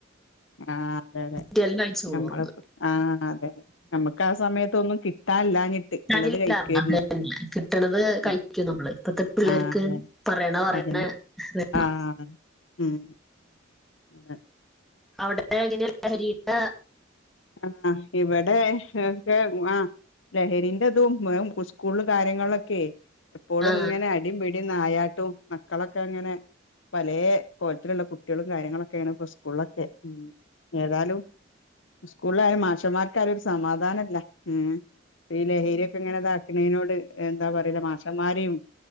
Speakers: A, on the left; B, in the centre.
A: ആഹ് അതെ അതെ
B: കിട്ടിയാലും കഴിച്ചോളൂ
A: നമ്മള്
B: ഓർന്ന്
A: ആഹ് അതെ നമക്ക്. ക്കാ സമയത്തൊന്നും കിട്ടാൻല്ല. ഞ്ഞിട്ട്
B: തരില്ല
A: ഇള്ളത് കഴിക്കേര്ന്നു
B: അത് തന്നെ കിട്ടണത് കഴിക്കും
A: ഉം
B: നമ്മള് ഇപ്പത്തെ പിള്ളേർക്ക്
A: ആഹ്.
B: പറയണ പറയണ
A: അതെന്നെ
B: വേണം
A: ആഹ് ഉം അതെ.
B: അവിടെ എങ്ങനെ ലഹരിന്റെ.
A: ആഹ് ആ ഇവിടെ ഒക്കെ ആഹ് ലഹരിന്റതും സ്കൂളല് കാര്യങ്ങളൊക്കെ എപ്പോഴും
B: ആ ആ
A: ങ്ങനെ അടി പിടി നായാട്ടും മക്കളൊക്കെ ങ്ങനെ പലേ കോലത്തിലുള്ള കുട്ടേളും കാര്യങ്ങളൊക്കെണ് പ്പോ സ്കൂളിലൊക്കെ ഉം ഏതായാലും സ്കൂളിലായാലും മാഷമ്മാർക്കായാലും ഒരു സമാധാനംല്ല ഉം ഈ ലഹരിഒക്കെ ഇങ്ങനെത ക്ക്ണീനോട്‌ എന്താ പറയ മാഷന്മാരേം